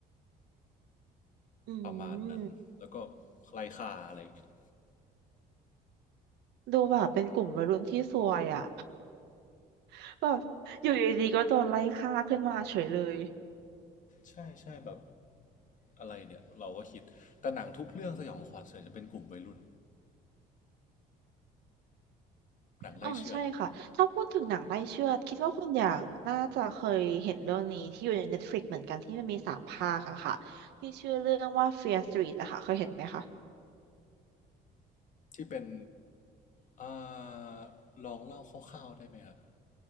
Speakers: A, on the right; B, on the left.
A: อื
B: ประมาณนั้นแล้วก็ไร้ค่าอะไรอย่างเงี้ย
A: มดูแบบเป็นกลุ่มวัยรุ่นที่ซวยอ่ะ <laughs> แบบอยู่ดีๆก็โดนไล่ฆ่าขึ้นมาเฉยเลย
B: ใช่ใช่แบบ อะไรเนี่ยเราก็คิดแต่หนังทุกเรื่องสยองขวัญส่วนใหญ่จะเป็นกลุ่มวัยรุ่นหนังไล่เชือดอะ
A: อ๋อใช่ค่ะถ้าพูดถึงหนังไล่เชือดคิดว่าคุณอย่างน่าจะเคยเห็นเรื่องนี้ที่อยู่ใน Netflix เหมือนกันที่มันมีสามภาคอะค่ะที่ชื่อเรื่องว่า Fear Street อะค่ะเคยเห็นไหมคะ
B: ที่เป็นเอ่าลองเล่าคร่าวๆได้ไหมครับ